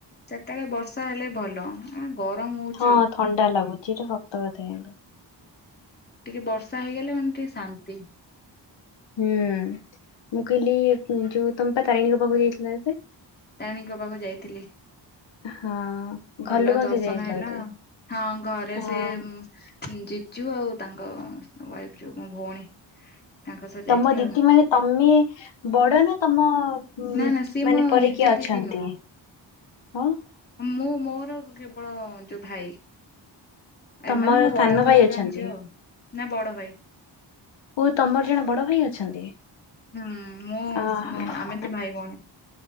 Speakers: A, on the left (about 20°); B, on the left (about 80°).
A: ଚାରିଟା ବେଳେ ବର୍ଷା ହେଲେ ଭଲ ଉଁ ଗରମ ହଉଚି।
B: ହଁ ଥଣ୍ଡା ଲାଗୁଛି ଏଇଟା ସତ କଥା କିନ୍ତୁ ହଁ
A: ଟିକେ ବର୍ଷା ହେଇଗଲେ ମାନେ ଟିକେ ଶାନ୍ତି।
B: ହୁଁ ମୁଁ କହିଲି ଯୋଉ ତମେ ବା ତାରିଣୀଙ୍କ ପାଖକୁ ଯାଇଥିଲ ଏବେ?
A: ତାରେଣୀ ଙ୍କ ପାଖକୁ ଯାଇଥିଲି।
B: ହଁ ଘର
A: ଭଲ
B: ଲୋକଙ୍କ
A: ଦର୍ଶନ
B: ସହିତ ଯାଇଥିଲ
A: ହେଲା।
B: ବୋଧେ
A: ହଁ ଘରେ
B: ହଁ
A: ସିଏ ଉ ଜିଜୁ ଆଉ ତାଙ୍କ ୱାଇଫ ଯଉ ମୋ ଭଉଣୀ ତାଙ୍କ ସହ ଯାଇଥିଲି
B: ତମ ଦିଦି
A: ଆଉ
B: ମାନେ ତମେ ବଡ ନା ତମ ଉଁ,
A: ନା ନା ସିଏ
B: ମାନେ
A: ମୋ
B: ପରେ
A: ନିଜ
B: କିଏ ଅଛନ୍ତି
A: ଦିଦି ନୁହଁ
B: ହଁ
A: ମୁଁ ମୋର କେବଳ ଯୋଉ ଭାଇ
B: ତମର
A: ଏ ମାନେ ମୋ
B: ସାନ
A: ବଡ଼ ବାପାଙ୍କର
B: ଭାଇ ଅଛନ୍ତି
A: ହେରୀଙ୍କାର ଝିଅ ନା ବଡ ଭାଇ।
B: ଓହୋ ତମର ଜଣେ ବଡଭାଇ ଅଛନ୍ତି?
A: ହୁଁ ମୁଁ
B: ଅ ହ।
A: ଆମେ ଦି ଭାଇ ଭଉଣୀ